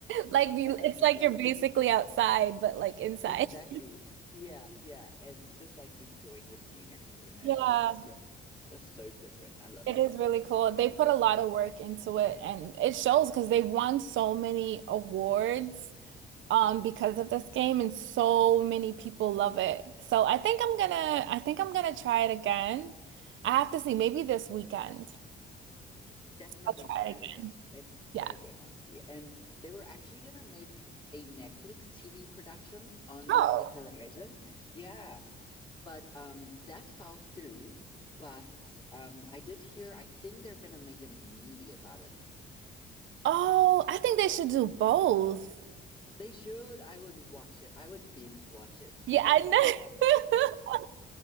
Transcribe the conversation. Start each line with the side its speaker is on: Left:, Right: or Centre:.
Right: Like you-
Left: I, I'm
Right: it's
Left: just
Right: like
Left: like
Right: you're basically outside, but like inside.
Left: Exactly.
Right: <laughs>
Left: Yeah, yeah. And just like enjoying the scenery, you know,
Right: Yeah,
Left: it's just it's so different. I love
Right: it
Left: it.
Right: is really cool. They put a lot of work into it and it shows because they won so many awards um because of this game and so many people love it. So I think I'm gonna I think I'm gonna try it again. I have to see maybe this weekend.
Left: Definitely
Right: I'll try
Left: try
Right: it
Left: it
Right: again.
Left: again. It's
Right: Yeah.
Left: so good, honestly. And they were actually gonna make a Netflix TV production on
Right: Oh.
Left: the horizon. Yeah. But um that fell through. But um I did hear I think they're gonna make a movie about it now.
Right: Oh, I think they should do both.
Left: They should. I would watch it. I would binge watch it,
Right: Yeah,
Left: honestly.
Right: I know.
Left: <laughs>
Right: <laughs>